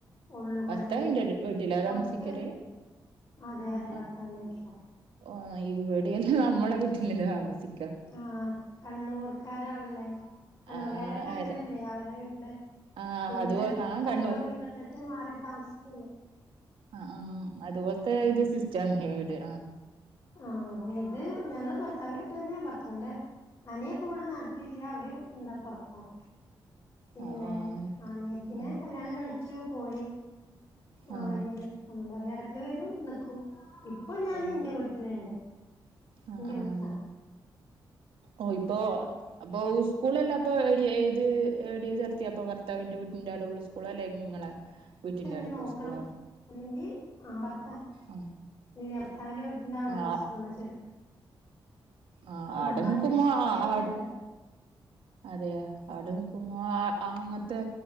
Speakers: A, on the left; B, on the right.
A: ഉള്ളു
B: ഭർത്താവിന്റെ
A: അനിയന്
B: വീട്ടിലാ
A: പൊർത്ത്
B: താമസിക്കല്
A: അതെ
B: ആഹ്
A: അതെ ഭർത്താവിൻ്റെ വീട്ടിലാ.
B: ഓഹ് ഇവിടെയല്ലാം നമ്മള വീട്ടിലെന്ന താമസി
A: ആഹ് കണ്ണൂർക്കാരാവല്ലേ കണ്ണൂർകാരൊക്കെ
B: ആഹ്
A: അങ്ങനെയല്ലേ
B: അല്ല
A: അവരെ വീട്ടില്
B: ആഹ്
A: പിന്നെ
B: അതുപോലെ ആഹ്
A: സ്വന്തം
B: കണ്ണൂർ
A: വീടെടുത്തിട്ട് മാറി താമസി ല്ലല്ല.
B: ആഹ് ആഹ് അതുപോൽത്തെ ഇത് സിസ്റ്റാണ് ഇവിടെ
A: ആഹ് ഇത് ഞങ്ങള് ഭർത്താവിന്റെ വീട്ടിലെന്നെയ ഭർത്താവിന്റെ അനിയ പ്പ വിടെ നാട്ടിലില്ല അവര് ന്താ പൊറത്താ. പിന്നെ
B: ആ ആഹ്
A: അനിയത്തിനെ
B: ങ്ങനെ ആഹ്
A: കല്യാണം കഴിച്ചു പോയി
B: ആ
A: അവര് അതുകൊണ്ടവരെടക്ക് വരും ന്ക്കും ഇപ്പ
B: ആഹ്
A: ഇന്റ വീട്ടില്ണ്ട്.
B: ആ
A: ഇന്റെ
B: ആഹ്
A: വീട്ടിലാ
B: അങ്ങനെ ഓഹ് ഇപ്പോ അപ്പൊ ഉസ്കൂളല്ലാപ്പോ ഏട്യാ ഏത് ഏടിയ ചേർത്തിയപ്പോ ഭർത്താവിന്റെ വീട്ടിന്റെടു ഉള്ള സ്കൂൾ അല്ലെ നിങ്ങളെ? വീട്ടിന്റെ
A: ഞ്ഞി
B: അവിടെള്ള
A: നോക്കണം
B: സ്കൂളോ
A: ഒന്നെങ്കി ആഹ് ഭർത്താ
B: ആ
A: ഇല്ല ഭർത്താവിന്റെ വീട്ടിന്റെ വിടെള്ള
B: ആ
A: സ്കൂളില ചേർക്ക
B: ആഹ് ആടെ
A: നമ്മൾ
B: നിക്കുമ്പോ
A: അങ്ങട്ട് ഷിഫ്റ്റ് ചെയ്തല്ലോ
B: ആഹ് അതെയ ആടെ നിക്കുമ്പോ ആഹ് ആ അങ്ങത്തെ